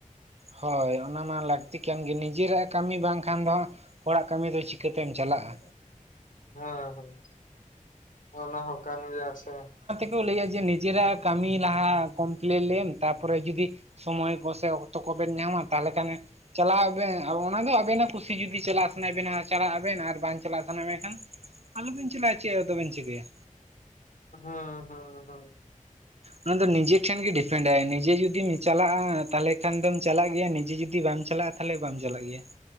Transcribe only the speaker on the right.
ᱦᱳᱭ ᱚᱱᱟ ᱢᱟ ᱞᱟᱹᱠᱛᱤ ᱠᱟᱱ ᱜᱮ ᱱᱤᱡᱮᱨᱟᱜ ᱠᱟᱹᱢᱤ ᱵᱟᱝᱠᱷᱟᱱ ᱫᱚᱦᱟᱜ ᱦᱚᱲᱟᱜ ᱠᱟᱹᱢᱤ ᱫᱚ ᱪᱤᱠᱟᱹᱛᱮᱢ ᱪᱟᱞᱟᱜᱼᱟ
ᱠᱚ ᱞᱟᱹᱭᱟ ᱡᱮ ᱱᱤᱡᱮᱨᱟᱜ ᱠᱟᱹᱢᱤ ᱞᱟᱦᱟ ᱠᱚᱢᱯᱮᱞᱮᱢ ᱛᱟ ᱯᱚᱨᱮ ᱡᱩᱫᱤ ᱥᱚᱢᱚᱭ ᱠᱚᱥᱮ ᱚᱠᱛᱚ ᱠᱚᱵᱮᱱ ᱧᱟᱢᱟ ᱛᱟᱦᱚᱞᱮ ᱠᱷᱟᱱ ᱪᱟᱞᱟᱜ ᱟᱵᱮᱱ ᱟ ᱚᱱᱟᱫᱚ ᱟᱵᱮᱱᱟᱜ ᱠᱩᱥᱤ ᱡᱩᱫᱤ ᱪᱟᱞᱟᱜ ᱥᱟᱱᱟᱭᱮᱫ ᱵᱮᱱᱟ ᱪᱟᱞᱟᱜ ᱟᱵᱮᱱ ᱟᱨ ᱵᱟᱝ ᱪᱟᱞᱟᱜ ᱥᱟᱱᱟᱭ ᱢᱮᱱᱠᱷᱟᱱ ᱟᱞ ᱵᱮᱧ ᱪᱞᱟᱜᱟ ᱪᱮᱫ ᱟᱫᱚ ᱪᱤᱠᱟ. ᱭᱟ᱾
ᱚᱱᱟ ᱫᱚ ᱱᱤᱡᱮ ᱴᱷᱮᱱ ᱜᱮ ᱰᱤᱯᱮᱱᱰ ᱟᱭ ᱱᱤᱡᱮ ᱡᱩᱫᱤ ᱪᱟᱞᱟᱜᱼᱟ ᱛᱟᱦᱚᱞᱮ ᱠᱷᱟᱱ ᱫᱚᱢ ᱪᱟᱞᱟᱜ ᱜᱮᱭᱟ ᱱᱤᱡᱮ ᱡᱩᱫᱤ ᱵᱟᱢ ᱪᱟᱞᱟᱜᱼᱟ ᱛᱟᱦᱚᱞᱮ ᱵᱟᱢ ᱪᱟᱞᱟᱜ ᱜᱮᱭᱟ ᱾